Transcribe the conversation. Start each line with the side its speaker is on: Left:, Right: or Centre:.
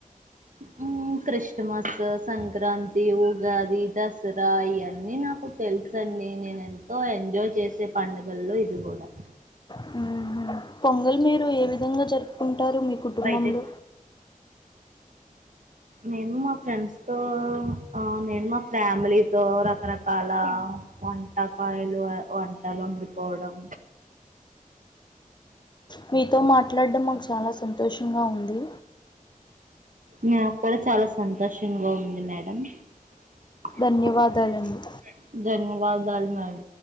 Right: హ్ క్రిస్ స్మస్ సంక్రాంతి ఉగాది దసరా ఇవన్నీ నాకు తెలుసు అండి. నేను ఎంతో ఎంజాయ్ చేసే పండుగల్లో ఇది కూడా
Left: హ్ హ్ పొంగల్ మీరు ఏ విధంగా జరుపుకుం టారు మీ కుటుంబంలో
Right: బయటెక్ మేము మా ఫ్రెండ్స్ తో ఆ నేను మా ఫ్యామిలీతో రకరకాల వంటకాయలు వంటలు వండుకోవడం.
Left: మీతో మాట్లాడం మాకు చాలా సంతోషంగా ఉంది.
Right: నాకు కూడా చాలా సంతోషంగా ఉంది. మేడం <unintelligible>
Left: ధన్యవాదాలండి
Right: వలు మేడం